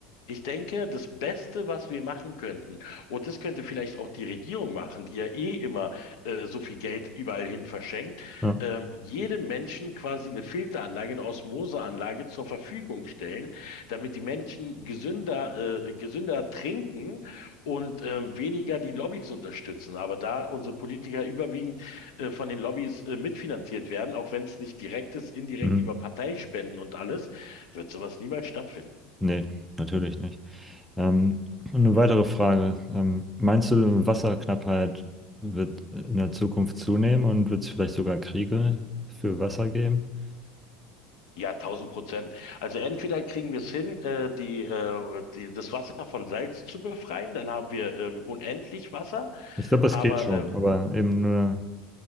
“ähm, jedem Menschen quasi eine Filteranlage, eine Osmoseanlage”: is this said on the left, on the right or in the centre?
Left